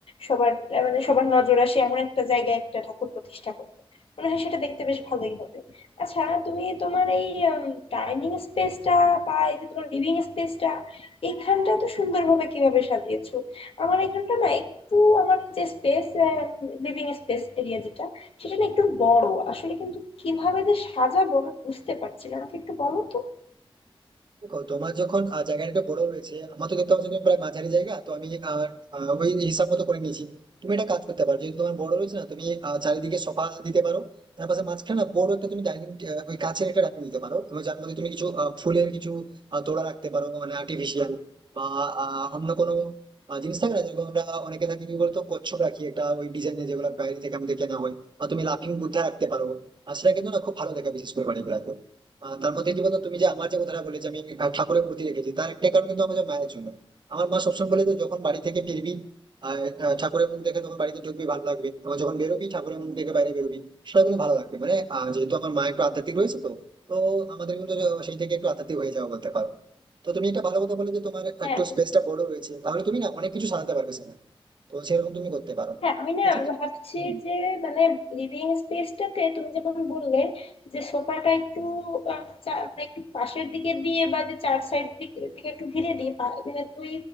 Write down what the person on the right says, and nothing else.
দেখো তোমার যখন আহ, জায়গাটা একটু বড় রয়েছে আমার তো দেখতে পাচ্ছ তুমি প্রায় মাঝারি জায়গা তো আমি আহ, আহ, ওই হিসাব মতো করে নিয়েছি তুমি একটা কাজ করতে পারো যেহেতু তোমার বড় রয়েছে না তুমি আহ, চারিদিকে সোফা দিতে পারো তার পাশে মাঝখানে না বড় একটা তুমি ডাইনিং ওই কাছের একটা ডাইনিং দিতে পারো তুমি যার মধ্যে তুমি কিছু আহ, ফুলের কিছু আহ, তোড়া রাখতে পারো মানে আর্টিফিশিয়াল বা আহ, অন্য কোনো আহ, জিনিস থাকে না যেরকম আমরা অনেকে থাকি কি বলতো কচ্ছপ রাখি একটা ওই ডিজাইনের যেগুলো বাইরে থেকে আমাদের কেনা হয় আর তুমি লাফিং বুদ্ধা রাখতে পারো আর সেটা কিন্তু না খুব ভালো দেখা বিশেষ করে বাড়ি বেড়াতে আহ তার মধ্যে কি বলতো তুমি যে আমার যে কথাটা বলে যে আমি আহ, ঠাকুরের মূর্তি রেখেছি তার একটা কারণ কিন্তু আমাদের মায়ের জন্য আমার মা সবসময় বলে যে যখন বাড়ি থেকে ফিরবি আর আহ, ঠাকুরের মুখ দেখে তখন বাড়িতে ঢুকবি ভালো লাগবে তখন যখন বেরোবি ঠাকুরের মুখ দেখে বাইরে বেরোবি সেটা কিন্তু ভালো লাগবে মানে আহ, যেহেতু আমার মা একটু আধ্যাত্মিক রয়েছে তো তো আমাদের কিন্তু সেই থেকে একটু আধ্যাত্মিক হয়ে যাওয়া বলতে পারো তো তুমি একটা ভালো কথা বলে যে তোমার
একটু
স্পেসটা বড় রয়েছে তাহলে তুমি না অনেক কিছু সাজাতে পারবে সেখানে তো সেরকম তুমি করতে পারো
আচ্ছা তো
হম